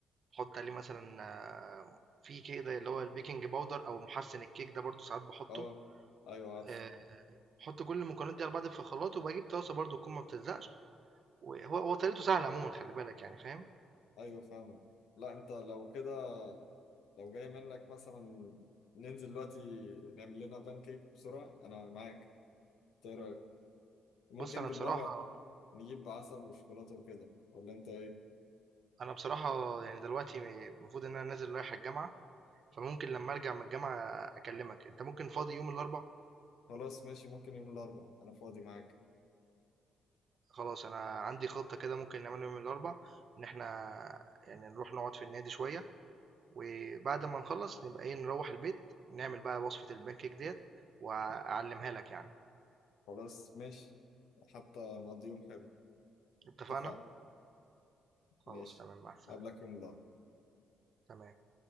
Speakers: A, on the right (about 50°); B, on the left (about 80°).
A: باحُط عليه مثلًا آه، في كده اللي هو الBaking powder أو مُحسِّن الكيك ده برضه ساعات باحُطّه،
B: اه ايوه عارف
A: آآ باحُط كل المكونات دي على بعض في الخلاط وباجيب طاسة برضه تكون ما بتلزقش، وهو هو طريقته سهلة عمومًا خلّي بالك يعني فاهم،
B: ايوه فاهمك لا انت لو كده لو جاي منك مثلا ننزل دلوقتي نعمل لنا بانكيك بسرعة انا معاك إنت ايه رأيك ممكن
A: بُص أنا
B: بالمرة
A: بصراحة
B: نجيب عسل وشوكولاتة وكده ولا انت ايه
A: أنا بصراحة يعني دلوقتي المفروض إن أنا نازل رايح الجامعة، فممكن لمّا أرجع من الجامعة أكلّمك، أنت ممكن فاضي يوم الأربع؟
B: خلاص ماشي ممكن يوم الاربعاء انا فاضي معاك
A: خلاص أنا عندي خطة كده ممكن نعملها يوم الأربع، إن إحنا يعني نروح نقعد في النادي شوية وبعد ما نخلص نبقى ايه نروح البيت نعمل بقى وصفة البانكيك ديت واعلمها لك يعني
B: خلاص ماشي حتى نقضي يوم حلو
A: اتفقنا
B: اتفقنا
A: خلاص
B: ماشي
A: تمام مع السلامة
B: قبلك يوم الاربعاء
A: تمام